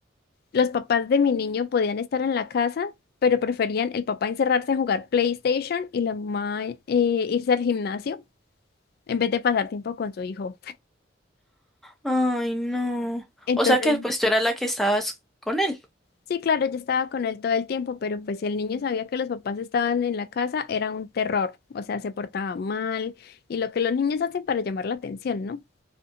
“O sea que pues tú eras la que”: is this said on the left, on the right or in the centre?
Centre